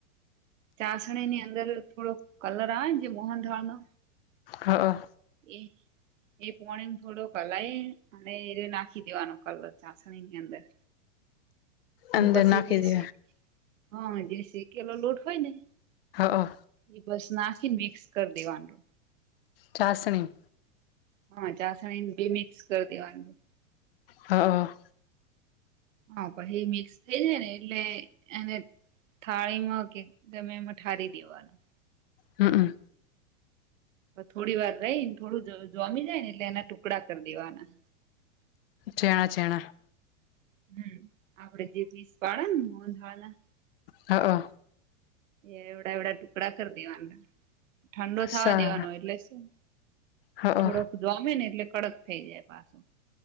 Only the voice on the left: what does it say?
હા
અંદર
નાખી
દે
હા
ચાસણી
હા હ
હમ્મ
ચેણા ચેણા
હઅ
સારા
હ